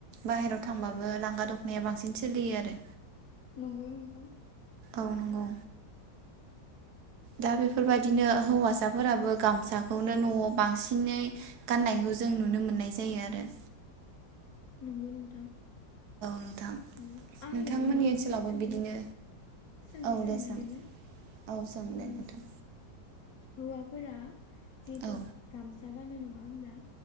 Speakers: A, on the right; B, on the left.
A: बाहेराव था थांबाबो लांगा दख'नाया बांसिन सोलियो आरो।
B: नंगौ नोंथां।
A: औ नोंगौ। दा बेफोरबायदिनो हौवासाफोराबो गामसाखौनो न'आव बांसिनै गान्नायखौ जों नुनो मोन्नाय जायो आरो।
B: नंगौ नोंथां।
A: नोंथां औ।
B: उम आं
A: नोंथांमोननि
B: नोंथांनाव
A: ओनसोलावबो
B: मोनसे सोंथि
A: बिदिनो
B: सोंथि
A: औ
B: सोंनायदोंमोन
A: दे सों औ सों दे नोंथां
B: ओ हौवाफोरा जिहेथु
A: औ
B: गामसा गानो नङा होमब्ला